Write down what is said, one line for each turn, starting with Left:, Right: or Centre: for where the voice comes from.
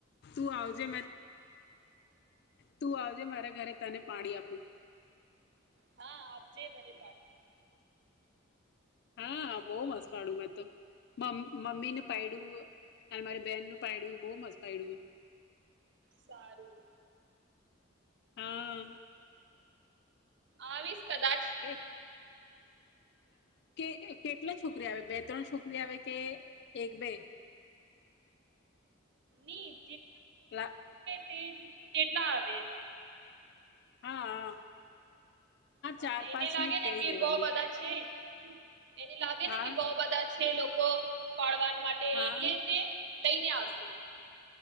Left: તું આવજે તું આવજે મારા ઘરે તને પાણી આપું
Right: હા આપજે મને પાડી
Left: હા બહ મસ્ત પાડ્યું મેં તો મમ્મી નું પડ્યું અને મારી બેન નું પડું બહુ મસ્ત પાડડ્યું મે
Right: સારું
Left: હા
Right: આવીશ કદા
Left: એક કે કેટલા છોકરી આવે બે ત્રણ છોકરી આવે કે એક બે
Right: ની
Left: <unintelligible>
Right: તે જ કેટલા આવે
Left: હા હા
Right: હા
Left: ચાર
Right: એને
Left: પાંચ
Right: લાગે ને
Left: કહી
Right: કે
Left: દેવાનું
Right: બઉ બધા છે એને લાગે
Left: હા
Right: ને કે બહ બધા છે લોકો <unintelligible> માટે
Left: હા
Right: એટલે છે લઈને આવશે